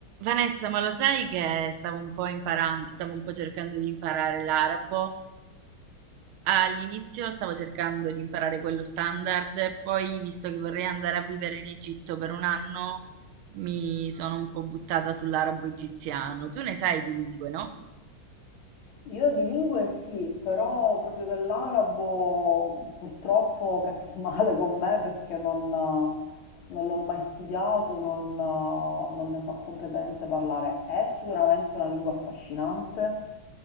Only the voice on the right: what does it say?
Vanessa, ma lo sai che stavo un po' imparando, stavo un po' cercando di imparare l'arabo. All'inizio stavo cercando di imparare quello standard, poi visto che vorrei andare a vivere in Egitto per un anno, mi sono un po' buttata sull'arabo egiziano. Tu ne sai di lingue, no?